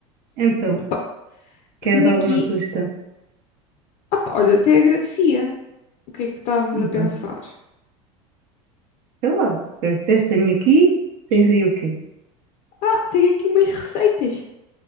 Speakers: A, on the right; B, on the left.
A: Então,
B: Opa,
A: queres
B: Tenho
A: alguma
B: aqui.
A: sugestão?
B: Opa, olha, até agradecia. O que é que estavas
A: Então,
B: a pensar?
A: sei lá. Eu tens tenho aqui, tens aí o quê?
B: Ah, tenho aqui umas receitas.